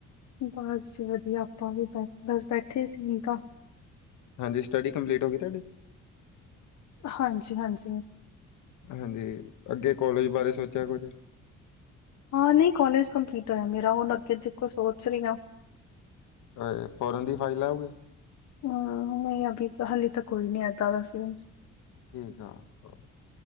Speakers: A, on the left; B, on the left.
A: ਬਸ ਵਧੀਆ ਆਪਾਂ ਵੀ ਬਸ, ਬਸ ਬੈਠੇ ਸੀ <unintelligible>
B: ਹਾਂਜੀ ਸਟੱਡੀ ਕੰਪਲੀਟ ਹੋ ਗਈ ਤੁਹਾਡੀ?
A: ਹਾਂਜੀ-ਹਾਂਜੀ।
B: ਹਾਂਜੀ, ਅੱਗੇ ਕੋਲਜ ਬਾਰੇ ਸੋਚਿਆ ਕੁਝ?
A: ਹਾਂ, ਨਹੀਂ ਕੋਲਜ ਕੰਪਲੀਟ ਹੋਇਆ ਮੇਰਾ, ਹੁਣ ਅੱਗੇ ਦੇਖੋ ਸੋਚ ਰਹੀ ਹਾਂ।
B: ਅ ਫੋਰਨ ਦੀ ਫਾਈਲ ਲਾਓਗੇ?
A: ਹਹ, ਨਹੀਂ ਅਭੀ ਤਾਂ ਹਾਲੇ ਤ ਕੋਈ ਨੀ ਏਦਾਂ ਦਾ ਸੀਨ।
B: ਠੀਕ ਆ ਓ